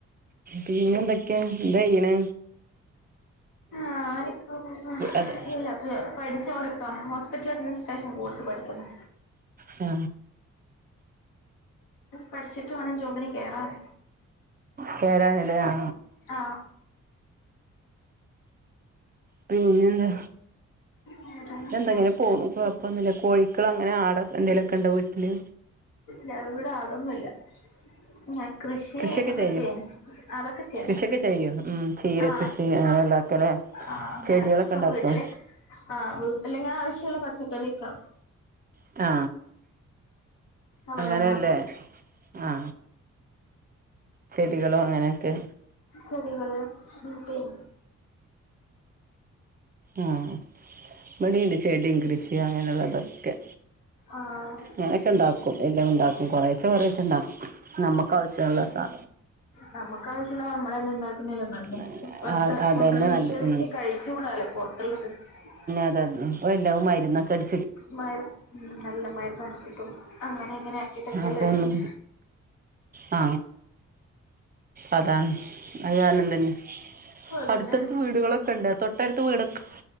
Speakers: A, on the right; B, on the left.
A: പിന്നെ എന്തൊക്കെയാ എന്താ ചെയണ്
B: ആപ്പോ
A: അത്
B: ഇല്ല അ <unintelligible> പഠിചോണ്ടിക്ക ഹോസ്പിറ്റൽ അഡ്മിനിസ്ട്രേഷൻ കോഴ്സ് പഠിക്കുന്നു
A: ആ
B: പഠിച്ചിട്ട് വേണം ജോബിന് കേറാൻ
A: കേറാനല്ലേ ആ
B: ആ
A: പിന്നെ എന്താ
B: വേറെന്തൊക്കെയാ
A: എന്തങ്ങനെ പോണു കുഴപ്പൊന്നും ഇല്ല കോഴികള് അങ്ങനെ ആട്എന്തേലൊക്കെ ഇണ്ടോ വീട്ടില്
B: ഞൻ ഇവിടെ ആടൊന്നില്ല ഞാൻ കൃഷി
A: കൃഷിയൊക്കെ
B: ഒക്കെ
A: ചെയ്യോ
B: ചെയ്യുന്നു അതൊക്കെ ചെയ്യുന്നുണ്ട്
A: കൃഷിയൊക്കെ ചെയ്യോ ചീര
B: ആ
A: കൃഷി അങ്ങനെയുള്ളതൊക്കെ അല്ലേ
B: ആ അങ്ങനെ
A: ചെടികളൊക്കെ
B: സോ
A: ഉണ്ടാക്കുമോ
B: വീട്ടില് ആ വീട്ടില് ഇങ്ങെനെ ആവശ്യ <unintelligible> പച്ചക്കറി ഒക്കെ
A: ആ
B: അവിടെണ്ടോ
A: അങ്ങനല്ലേ ആ ചെടികളും അങ്ങനെക്കെ
B: ചെടികള് <unintelligible>
A: ആ ഇബടിണ്ട് ചെടിം കൃഷിം അങ്ങനെള്ളതൊക്കെ
B: ആഹ്
A: ഞാനൊക്കെണ്ടാക്കും എല്ലോണ്ടാക്കും കൊറേച്ചെ കൊറേച്ചെണ്ടാക്കും നമ്മക്കാവശ്യള്ളൊക്കെ.
B: നമക്കാശ്യള്ളെ നമ്മളന്നെ ണ്ടാക്ക്ണല്ലേ നല്ലേ
A: ആ
B: ഇപ്പത്തെ
A: അത്
B: ഒന്നും
A: തന്നെ
B: വിശ്വസിച്ച്
A: നല്ലത്
B: കഴിച്ചുടാലോ <unintelligible>
A: താണ് ഇപ്പല്ലാം മര്ന്നൊക്കടി
B: മര് ഉം നല്ല മര്ന്നട് ച്ച്ട്ടെ അങ്ങനിങ്ങനെ ആക്കീട്ടൊക്കല്ലേ
A: അപ്പോൾ
B: വെര്ന്നേ.
A: ഒന്ന് ആ അതാണ് അഅ് കാരണം തന്നെ
B: അതന്നെ
A: അട്ത്തട്ത്ത് വീടുകളൊ ക്കണ്ടോ തൊട്ടട്ത്ത് വിടൊക്ക